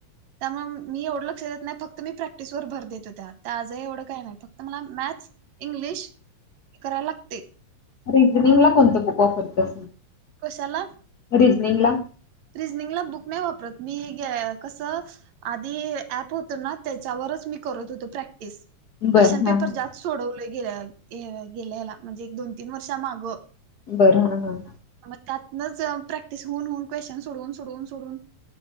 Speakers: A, on the right; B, on the left.
A: त्यामुळे मी एवढं लक्ष देत नाय फक्त मी प्रॅक्टिसवर भर देत हो त्या आजही एवढं काय नाय. फक्त मला मॅथ इंग्लिश करायला लागतंय.
B: रिझनिंगला कोणतं बुक ऑफर कर
A: कशाला?
B: रिझनिंगला.
A: रिझनिंगला बुक नाय वापरत मी हे घ्या कसं आधी ऍप होतो ना, त्याच्यावरच मी करत होतो प्रॅक्टिस.
B: बर
A: क्वेश्चन
B: हा
A: पेपर
B: हा
A: जात सोडवल गे गेल्याला म्हणजे एक दोन तीन वर्षा मागं,
B: बरं हं हं
A: मग त्यातनच प्रॅक्टिस होऊन होऊन, क्वेशन सोडवून सोडवून सोडून